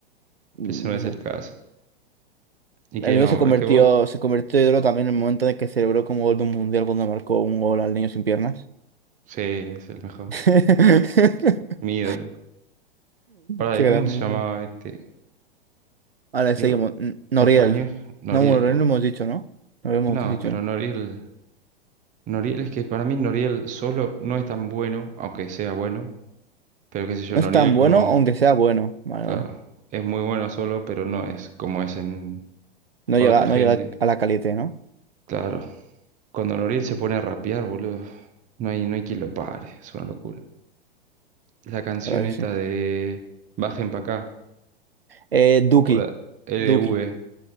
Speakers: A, on the right; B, on the right.
A: Mm,
B: Pero ese no
A: Yo
B: es
A: sé.
B: el caso. Y
A: El
B: que
A: mío
B: no,
A: se convirtió,
B: es que vos,
A: se convirtió en ídolo también en el momento en que celebró como gol de un mundial cuando marcó un gol al niño sin piernas.
B: sí, es el mejor.
A: <laughs>
B: Mi ídolo. Pará,
A: Qué
B: ¿y
A: grande,
B: cómo se
A: bro.
B: llamaba este?
A: Vale,
B: Iba-
A: seguimos. N- Noriel.
B: Español, Noriel.
A: No, bueno, Noriel
B: o-
A: no hemos dicho, ¿no? No lo hemos
B: No,
A: dicho.
B: pero Noriel. Noriel, es que para mí Noriel solo no es tan bueno, aunque sea bueno, pero qué sé yo,
A: No
B: Noriel
A: es tan bueno,
B: como,
A: aunque sea bueno. Vale,
B: claro,
A: vale.
B: es muy bueno solo, pero no es como es en,
A: No
B: con
A: llega,
B: otra
A: no
B: gente.
A: llega a la calité, ¿no?
B: Claro, cuando Noriel se pone a rapear, boludo, no hay, no hay quien lo pare, es una locura. La canción
A: ¿Verdad
B: esta
A: que sí?
B: de Bajen pa' acá,
A: Eh, Duki.
B: o la L
A: Duki.
B: V